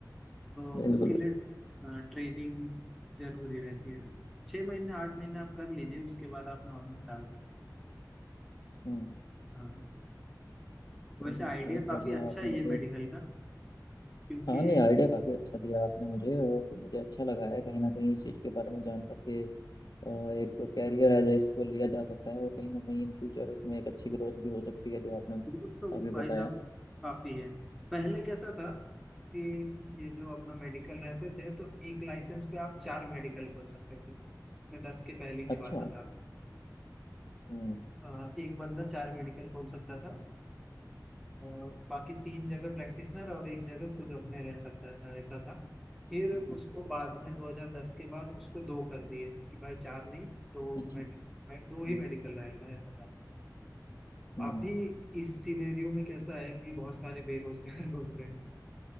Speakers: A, in the centre; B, on the left.
A: तो
B: बिल्कुल
A: उसके लिए
B: बिल्कुल
A: हाँ ट्रेनिंग जरूरी रहती है तो छः महीने आठ महीने आप कर लीजिए उसके बाद आप नॉर्मल डाल सकते
B: हम्म
A: हैं हाँ। वैसे
B: चलिए
A: आइडिया
B: बहुत
A: काफी
B: बढ़िया
A: अच्छा
B: आपने
A: है
B: मुझे
A: ये मेडिकल का क्योंकि
B: हाँ नहीं आइडिया काफ़ी अच्छा दिया आपने मुझे और मुझे अच्छा लगा है कहीं ना कहीं इस चीज़ के बारे में जान करके अ, एक तो कैरियर है जो इसको लिया जा सकता है और कहीं ना कहीं इन फ्यूचर इसमें एक अच्छी ग्रोथ भी हो सकती है जो आपने
A: ग्रुप तो
B: अभी
A: भाई
B: बताया
A: साहब काफी है पहले कैसा था कि ये जो अपना मेडिकल रहते थे तो एक लाइसेंस पे आप चार मेडिकल खोल सकते थे मैं दस के पहले की
B: अच्छा
A: बात बता रहा हूँ
B: हम्म
A: अ, एक बंदा चार मेडिकल खोल सकता था और बाकी तीन जगह प्रैक्टिशनर और एक जगह खुद अपने रह सकता था ऐसा था फिर
B: हम्म,
A: उसको बाद में 2010 के बाद उसको दो कर दिए कि भाई चार नहीं दो
B: अच्छा
A: मेडिकल
B: हम्म
A: दो ही मेडिकल रहेगा ऐसा था
B: हम्म,
A: अभी इस सिनेरियो में कैसा है कि बहुत सारे बेरोजगार <laughs> घूम रहे हैं